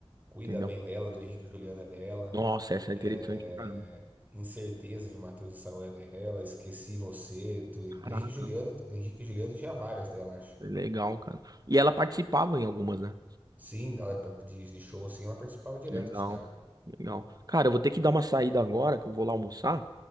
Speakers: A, on the right; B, on the right.
A: Cuida
B: Entendeu?
A: Bem Dela, do Henrique e Juliano é dela.
B: Nossa, essa
A: é,
B: é interessante pra caramba.
A: Incerteza de Matheus e Saul é dela, Esqueci Você, do,
B: Caraca,
A: do Henrique Juliano. Henrique Juliano tinha várias dela, acho.
B: é legal, cara. E ela participava em algumas, né?
A: Sim, ela, de, de show, assim, ela participava direto
B: Legal,
A: com os caras.
B: legal. Cara, eu vou ter que dar uma saída agora, que eu vou lá almoçar,